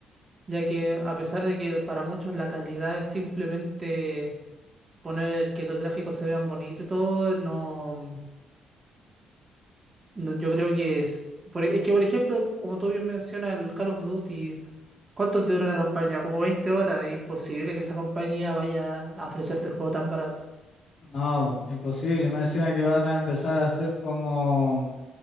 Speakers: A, on the right; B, on the left.
A: ya que a pesar de que para muchos la calidad es simplemente poner que los gráficos se vean bonitos y todo, no. No, yo creo que es. por- e, es que, por ejemplo, como tú bien mencionas, el Call of Duty, ¿cuánto te dura una campaña? Como 20 horas. Imposible que esa compañía vaya a ofrecerte el juego tan barato.
B: No, imposible. Más encima que van a empezar a hacer como